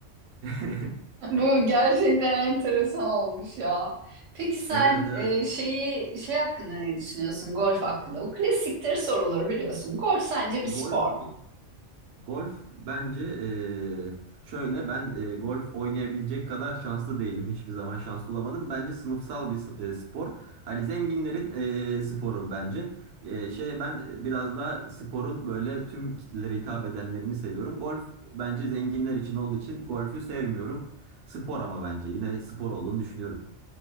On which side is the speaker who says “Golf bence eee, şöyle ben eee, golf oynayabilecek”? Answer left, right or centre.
Right